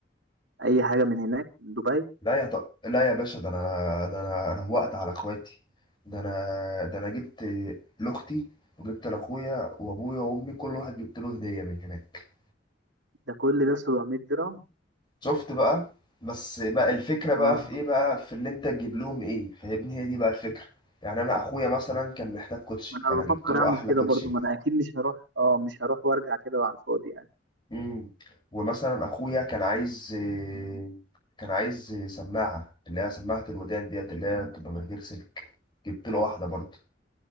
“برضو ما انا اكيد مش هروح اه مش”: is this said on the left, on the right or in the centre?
Right